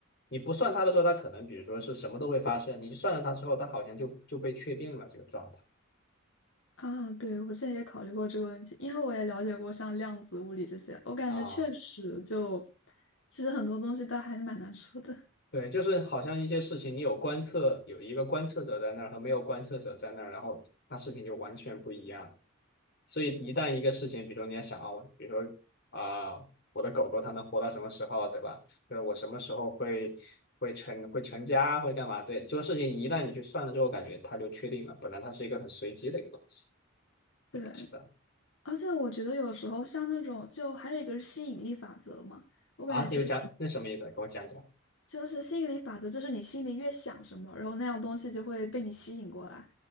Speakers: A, on the left; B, on the left.
A: 你不算它的时候，它可能比如说是什么都会发生，你算了它之后，它好像就就被确定了这个状态
B: 啊，对，我之前也考虑过这个问题，因为我也了解过像量子物理这些，我感觉确实就，
A: 啊。
B: 其实很多东西它还是蛮难说的。
A: 对，就是好像一些事情，你有观测，有一个观测者在那儿和没有观测者在那儿，然后它事情就完全不一样。所以一旦一个事情，比如说你要想啊，我比如说啊、我的狗狗它能活到什么时候，对吧？就是我什么时候会会成会成家，会干嘛？对，这个事情一旦你去算了之后，感觉它就确定了。本来它是一个很随机的一个东西，
B: 对，
A: 你不知道
B: 而且我觉得有时候像那种，就还有一个是吸引力法则嘛，我感觉其实
A: 啊？你有讲那什么意思啊？跟我讲讲。
B: 就是心理法则，就是你心里越想什么，然后那样东西就会被你吸引过来。